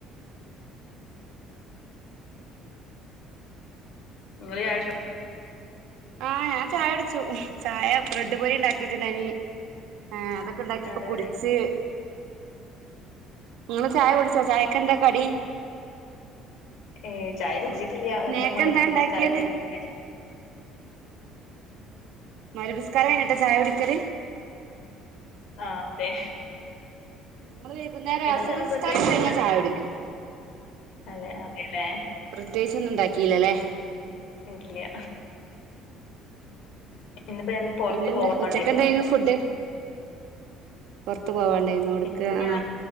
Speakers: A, on the left; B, on the right.
A: നിങ്ങള് ചായ കുടിച്ചോ
B: ആഹ് ഞാൻ ചായ കുടിച്ചു ചായ ബ്രെഡ് പൊരി ഉണ്ടാക്കിയുണ്ടായിരുന്നു ആഹ് അതൊക്കെ ഉണ്ടാക്കി
A: അതെ
B: ഇപ്പൊ കുടിച്ച് നിങ്ങള് ചായ കുടിച്ചോ ചായക്കെന്താ കടി
A: ഏ ചായ കുടിച്ചിട്ടില്ല
B: സ്നേക്ക്
A: നങ്ങൾ മഖറിബ്
B: എന്താ ഉണ്ടാക്കിയത്
A: നിസ്കാരൊക്കെ കഴിഞ്ഞശേഷം
B: മഹരിബ് നിസ്കാരം കഴിഞ്ഞിട്ടാ ചായ കുട്ടിക്കല്
A: ആഹ് അതെ
B: ഞങ്ങൾ വൈകുന്നേരം
A: ഇത്
B: അസർ നിസ്കാരം
A: പ്രത്യേകിച്ച്
B: കഴിഞ്ഞാൽ ചായ കുടിക്കും
A: അതെ അതെല്ലേ
B: പ്രത്യേകിച്ച് ഒന്നും ഉണ്ടാക്കിയില്ലല്ലേ
A: ഇല്യ <unintelligible>
B: പിന്നെന്താ
A: പോവാണ്ടായിരുന്നു
B: ഉച്ചക്ക എന്തായിരുന്നു ഫുഡ് പുറത്ത് പോവാൻ ഉണ്ടായിരുന്നു ഒരുക്ക്
A: ഇന്നിപ്പോ
B: ങാ
A: ഞാൻ